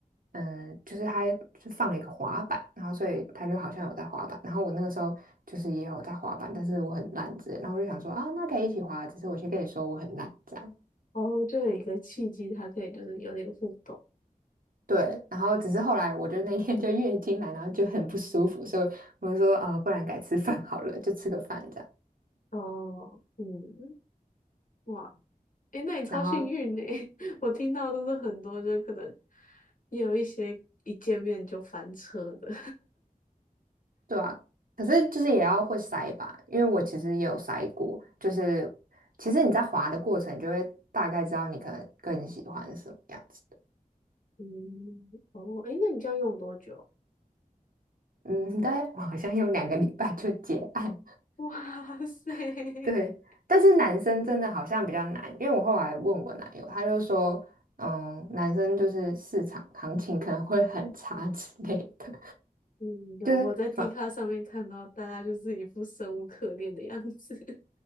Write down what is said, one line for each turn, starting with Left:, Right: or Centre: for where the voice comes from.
Right: 嗯，就是他就放了一个滑板，然后所以他就好像有在滑板，然后我那个时候就是也有在滑板，但是我很烂之类，然后我就想说啊，那可以一起滑，只是我先跟你说我很烂这样。
Left: 哦，就有一个契机，他可以就是有点互动，
Right: 对，然后只是后来我就那天就月经来，然后就很不舒服，所以我就说啊、不然改吃饭好了，就吃个饭这样。
Left: 哦，嗯，哇，诶，那你超幸运呢，
Right: 然后
Left: <laughs> 我听到都是很多，就是可能也有一些一见面就翻车的，
Right: 对啊，可是就是也要会筛吧，因为我其实也有筛过，就是其实你在滑的过程，你就会大概知道你可能更喜欢什么样子的。
Left: <laughs> 嗯，哦，诶，那你这样用多久？
Right: 嗯，大概我好像用两个礼拜就结案，
Left: <laughs> 哇塞！<laughs>
Right: <laughs> 对。但是男生真的好像比较难，因为我后来问我男友，他就说，嗯，男生就是市场行情可能会很差之类的，
Left: 嗯，有我在
Right: 就是反
Left: d 卡上面看到大家就是一副生无可恋的样子。